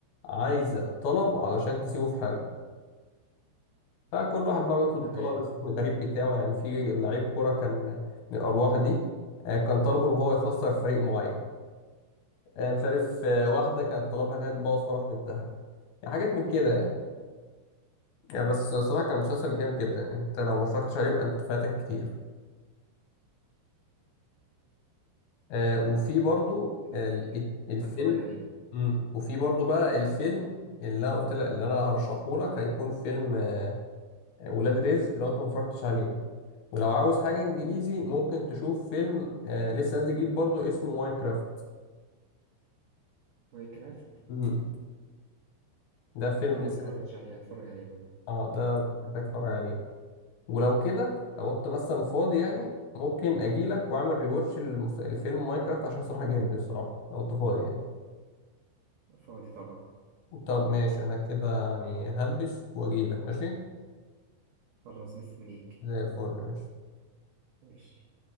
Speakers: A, on the left; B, on the right.
A: عايزه طلب علشان تسيبه في حاله فكل واحد بقى بيطلب
B: تمام
A: الطلب <laughs> الغريب بتاعه يعني في لعيب كوره كان من الارواح دي آه كان طلبه ان هو يخسر فريق معين آه مش عارف آه واحده كانت طلبها انها تبوظ فرح بنتها يعني حاجات من كده يعني. يعني بس صراحه كان مسلسل جامد جدا يعني انت لو ما اتفرجتش عليه يبقى انت فاتك كتير آه وفي برضو
B: فهمتك
A: ال- الت- الفيلم
B: هتفرج عليه
A: مم. وفي برضو بقى الفيلم اللي انا قلت لك اللي انا هرشحه لك هيكون فيلم آه، ولاد رزق لو انت ما اتفرجتش عليه ولو عاوز حاجة انجليزي ممكن تشوف فيلم آه لسه نازل جديد برضو اسمه ماينكرافت
B: ماينكرافت
A: مم. ده فيلم
B: ده ما
A: لسه
B: اتفرجتش
A: نازل
B: عليه هتفرج عليه برضه
A: اه ده
B: مم.
A: محتاج تتفرج عليه ولو كده لو انت مثلا فاضي يعني ممكن اجيلك واعمل ريواتش للمس- لفيلم ماينكرافت عشان صراحة جامد الصراحة لو انت فاضي يعني
B: فاضي طبعا
A: طب ماشي انا كده يعني هلبس واجيلك ماشي
B: خلاص مستنيك
A: زي الفل ماشي
B: ماشي